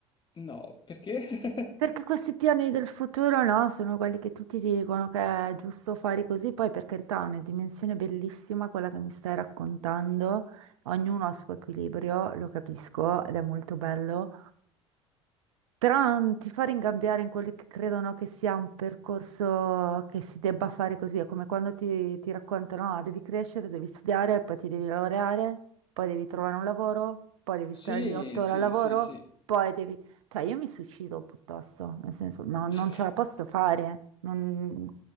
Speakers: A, on the left; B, on the right.
A: no, perché?
B: Perché
A: <laughs>
B: questi piani del futuro, no, sono quelli che tutti dicono che è giusto fare così, poi per carità è una dimensione bellissima quella che mi stai raccontando, ognuno ha il suo equilibrio, lo capisco ed è molto bello. Però non ti fa ringabbiare in quelli che credono che sia un percorso che si debba fare così, è come quando ti, ti raccontano, ah, devi crescere, devi studiare, poi ti devi laureare, poi devi trovare un lavoro, poi devi
A: Sì,
B: stare lì otto
A: sì,
B: ore al lavoro,
A: sì, sì.
B: poi devi... Cioè, io mi suicido piuttosto, nel senso, no, non
A: <laughs>
B: ce la posso fare, non,